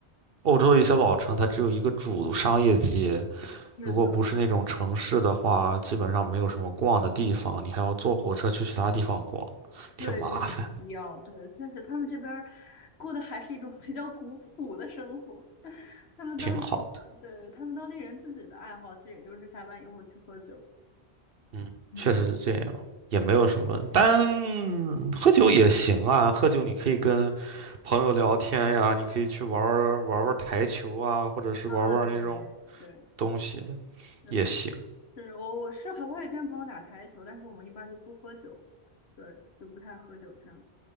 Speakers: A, on the right; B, on the left.
A: 欧洲的一些老城，它只有一个主商业街，
B: 是的，
A: 如果不是那种城市的话，基本上没有什么逛的地方，你还要坐火车去其他地方逛，
B: 对，对，
A: 挺麻烦，
B: 就很没必要。对，但是他们这边儿过的还是一种比较古朴的生活。<laughs> 他们当地，
A: 挺好的。
B: 对，他们当地人自己的爱好，其实也就是下班以后去喝酒。
A: 嗯，
B: 嗯。
A: 确实是这样，也没有什么，但喝酒也行啊，喝酒你可以跟朋友聊天呀，你可以去玩儿玩儿玩儿台球啊，或者是玩儿玩儿那种
B: 啊，对对，
A: 东西的
B: 是
A: 也行。
B: 是我我是还会跟朋友打台球，但是我们一般就不喝酒，对，就不太喝酒这样。